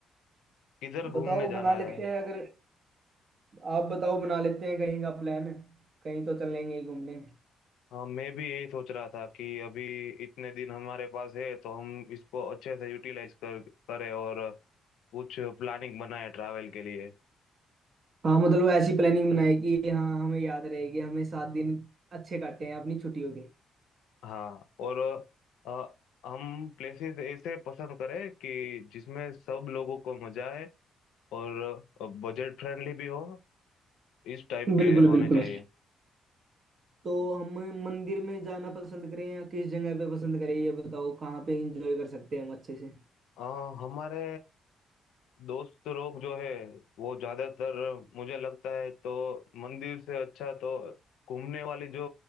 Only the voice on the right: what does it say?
बताओ
बना लेते
हैं अगर आप बताओ बना लेते हैं कहीं का प्लान कहीं तो चलेंगे घूमने
हाँ मतलब ऐसी प्लानिंग बनाए कि हाँ हमें याद रहेगी हमें सात दिन अच्छे काटे हैं अपनी छुट्टियों के
बिल्कुल
बिल्कुल
तो हम मंदिर में जाना पसंद करें या किस जगह पे पसंद करें ये बताओ कहाँ पे एंजॉय कर सकते हैं हम अच्छे से